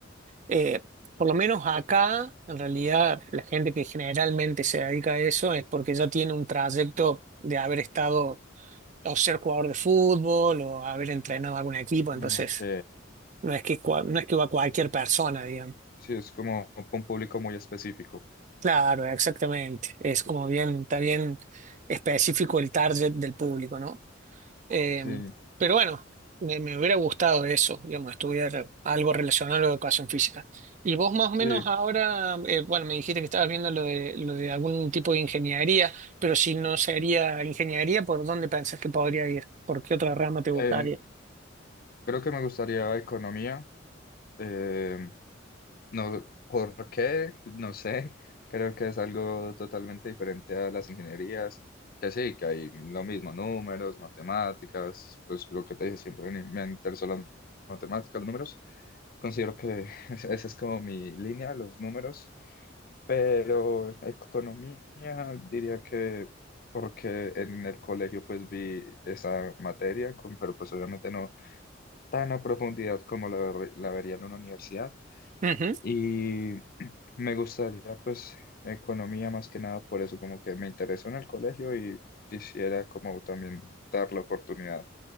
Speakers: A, on the right; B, on the left.
A: eh, por lo menos acá, en realidad, la gente que generalmente se dedica a eso es porque ya tiene un trayecto de haber estado o ser jugador de fútbol o haber entrenado algún equipo,
B: ok,
A: entonces No es que, cua- no es que va cualquier persona, digamos.
B: sí, es como un público muy específico,
A: Claro, exactamente. Es como bien, está bien específico el target del público, ¿no? Eh,
B: sí,
A: pero bueno, me, me hubiera gustado eso, digamos, estudiar algo relacionado a la educación física. Y vos más o
B: sí,
A: menos ahora, eh, bueno, me dijiste que estabas viendo lo de, lo de algún tipo de ingeniería, pero si no sería ingeniería, ¿por dónde pensás que podría ir? ¿Por qué otra rama te gustaría?
B: eh, creo que me gustaría economía. eh, No, ¿por qué? No sé. <laughs> Creo que es algo totalmente diferente a las ingenierías, que sí, que hay lo mismo, números, matemáticas, pues lo que te dije siempre, ni- me interesan las matemáticas, los números. Considero que <laughs> esa esa es como mi línea, los números, pero economía diría que porque en el colegio pues vi esa materia, con- pero pues obviamente no tan a profundidad como la, la vería en una universidad.
A: Ujú.
B: Y <clears throat> me gustaría pues economía más que nada por eso, como que me interesó en el colegio y quisiera como también dar la oportunidad